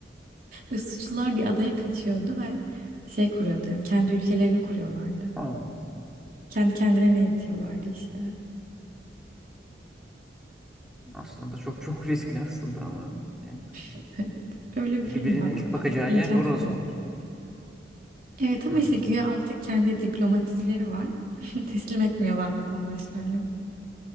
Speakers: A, on the right; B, in the centre.
A: Ve suçlular bir adaya kaçıyordu ve şey kuruyordu yani kendi ülkelerini kuruyorlardı.
B: Aa,
A: Kendi kendilerine yetiyorlardı işte. <laughs>
B: aslında çok çok riskli aslında ama yani
A: Evet. Öyle bir
B: çünkü
A: film
B: birinin
A: bak
B: ilk
A: onu
B: bakacağı
A: bak diyeceğim
B: yer orası
A: sana.
B: olur.
A: Evet ama
B: Hmm.
A: işte güya artık kendi diplomasileri var. <laughs> Teslim etmiyorlar vatandaşlarını.